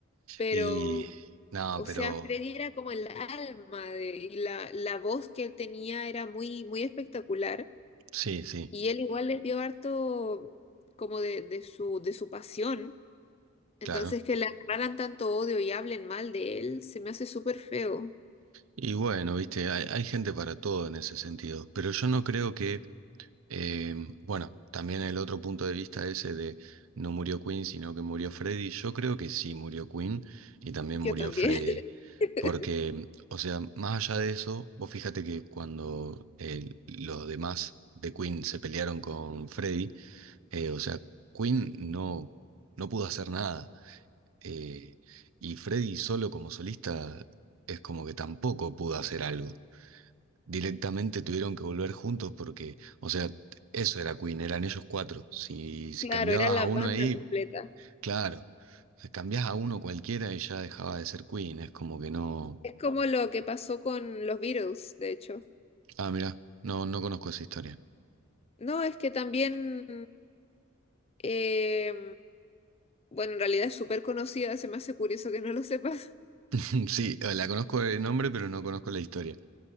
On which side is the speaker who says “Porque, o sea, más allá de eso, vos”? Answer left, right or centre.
Right